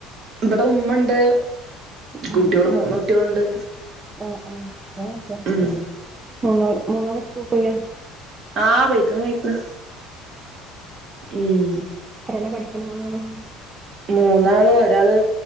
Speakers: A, on the right (about 50°); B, on the right (about 25°).
A: ഇവിടെ ഉമ്മുണ്ട്
B: ആഹ്
A: കുട്ടികള് മൂന്ന് കുട്ടികളുണ്ട്
B: ആഹ് ആ
A: ഉം
B: മൂന്നാ മൂന്നാള് സ്കൂൾകോയ
A: ആഹ വിളിക്ക്ണ് വിളിക്ക്ണ് ഉം
B: എത്രേല്ല പഠിക്കണ മൂന്നാളും
A: മൂന്നാള് ഒരാള്